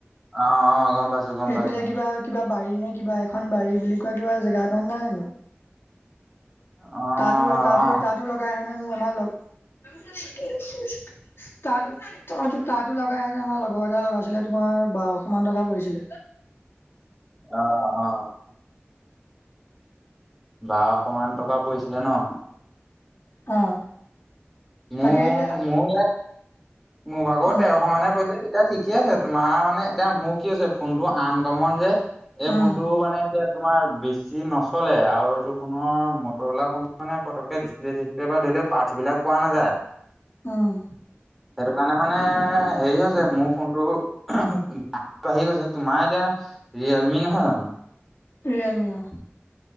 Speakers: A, in the centre; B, on the left.
A: অ অ গম পাইছো গম
B: সেইফালে
A: পাইছো অ।
B: কিবা কিবা বাৰী নে কিবা এখন বাৰী বুলি কোৱা কিবা জেগা এখন নাই জানো।
A: অ
B: তাতো তাতো
A: অ
B: তাঁতো লগাই হেনো মো আমাৰ লগ <unintelligible> তাতো লগাই আমাৰ লগৰ এটা লগাইছিলে তোমাৰ বা- অকমান টকা পৰিছিল।
A: আহ অ বাৰশ মান টকা পৰিছিলে ন।
B: অ
A: ম
B: তাকে এতিয়া
A: মও ইয়াত মোৰ ভাগতে
B: উম
A: সমানে পইছে নি এতিয়া ঠিকে আছে তোমাৰ মানে এতিয়া মোৰ কি হৈছে ফোনটো আন কমন যে এই
B: উম
A: ফোনটো মানে এতিয়া তোমাৰ বেছি নচলে আৰু এইটো পুনৰ মটৰলা মানে পতককে ডিচপ্লে চিচপ্লে বা ধ- বোলে পাছ বিলাক পোৱা নাযায়।
B: উহ
A: সেইটো কাৰণে মানে হেৰি হৈছে মোৰ ফোনটো <unintelligible> বাঢ়ি গৈছে তোমাৰ এতিয়া ৰিয়েলমি নহয় জানো?
B: ৰিয়েলমি অ।